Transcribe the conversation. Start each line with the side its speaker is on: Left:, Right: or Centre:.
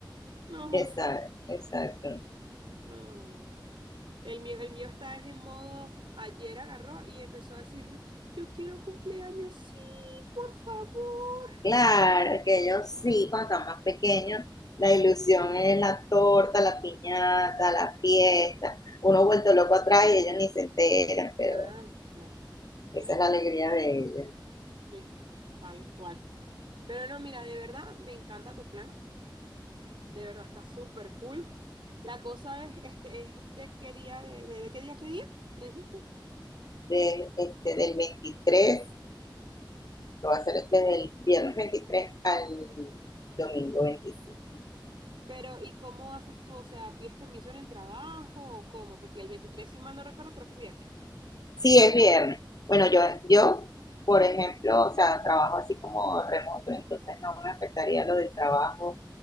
Right: No, José,
Left: exacto, exacto.
Right: no. El mío, el mío está es en modo, ayer agarró y empezó a decirme, yo quiero cumpleaños, sí, por favor.
Left: Claro, que ellos sí, cuando están más pequeños, la ilusión es la torta, la piñata, la fiesta. Uno vuelto loco atrás y ellos ni se enteran, pero
Right: Nada. Y
Left: esa
Right: uno
Left: es
Right: dice,
Left: la alegría de ellos.
Right: "Sí, tal cual. Pero no, mira, de verdad me encanta tu plan. De verdad está súper cool. La cosa es, este, es de qué día, de, de qué día, a qué día, me dijiste.
Left: De, este, del 23, lo va a hacer desde el viernes 23 al domingo 25.
Right: Pero, ¿y cómo haces tú? O sea, ¿pides permiso en el trabajo o cómo? Porque el veintitrés si mal no recuerdo, creo que es viernes.
Left: Sí, es viernes. Bueno, yo, yo, por ejemplo, o sea, trabajo así como remoto, entonces no me afectaría lo del trabajo